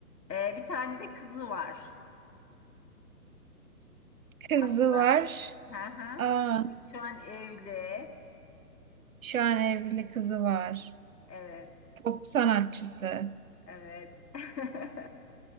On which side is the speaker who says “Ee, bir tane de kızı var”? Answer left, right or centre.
Left